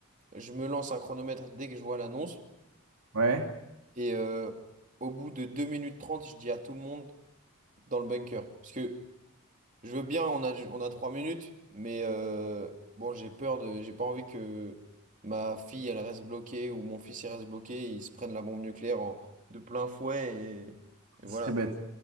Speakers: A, on the right; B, on the right.
A: je me lance un chronomètre dès que je vois l'annonce,
B: Ouais,
A: et euh, au bout de 2 minutes 30 je dis à tout le monde dans le bunker. Parce que Je veux bien, on a, on a trois minutes, mais euh, bon, j'ai peur de, j'ai pas envie que ma fille, elle reste bloquée ou mon fils, il reste bloqué, et ils se prennent la bombe nucléaire en- de plein fouet et, et
B: ce
A: voilà
B: serait
A: quoi.
B: bête.